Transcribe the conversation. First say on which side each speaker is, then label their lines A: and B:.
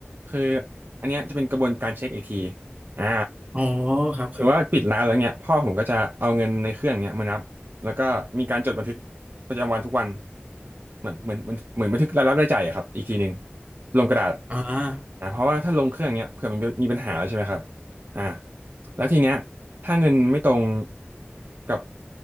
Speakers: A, on the right (about 55°); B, on the right (about 35°).
A: คืออันเนี้ยจะเป็นกระบวนการเช็คอีกทีอ่า
B: อ๋อครับครับ
A: สมมติว่าปิดร้านแล้วเนี่ยพ่อผมก็จะเอาเงินในเครื่องเนี่ยมานับแล้วก็มีการจดบันทึกประจำวันทุกวันเหมือนเหมือนเหมือนเหมือนบันทึกรายรับรายจ่ายอะครับอีกทีหนึ่งลงกระดาษ
B: อ่า
A: อ่าเพราะว่าถ้าลงเครื่องเนี่ยเผื่อมันมีปัญหาใช่ไหมครับอ่าแล้วทีเนี้ยถ้าเงินไม่ตรงกับ